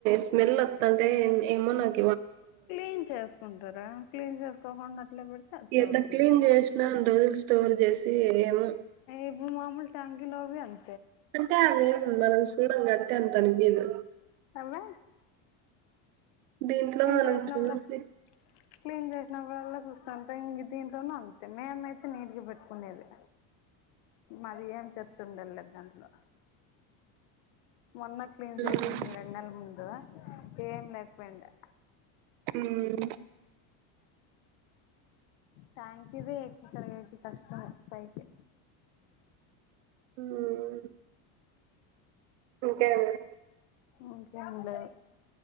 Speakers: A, on the right; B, on the left.
A: స్మెల్ వత్త అంటే ఏమైనక్
B: క్లీన్ చేసుకుంటరా క్లీన్ చేసుకోకుండా అట్లా పెడితే అట్లా
A: ఎంత
B: ఉంటుంది
A: క్లీన్ చేసినా రోజ్ స్టోర్ చేసి ఏమో
B: ఎబు మాముూల్ టాంకిలోవన్
A: అంటే అవేం మనం చూడం కాబట్టి అంత అనిపియదు
B: అవ్వ
A: దీంట్లో మనం
B: చేసినప్పుడు
A: చూస్తే
B: క్లీన్ చేసినప్పుడల్ల చూస్తంట ఇంగ దీంట్లోను అంతే మేమయితే నీట్గా పెట్కునేది
A: <unintelligible>
B: మరి ఏం చెప్తుండలేద్ దాంట్లో మొన్న క్లీన్ చేసింట
A: హ్మ్.
B: రెండు నెల్ల ముందు ఏం లేక్పోయిండే
A: ఉమ్
B: ట్యాంకిది ఎక్కుతరూ కద ఎంత కష్టమో పైకి
A: ఉమ్ ఇంకే అండి
B: ఇంకేం లేదు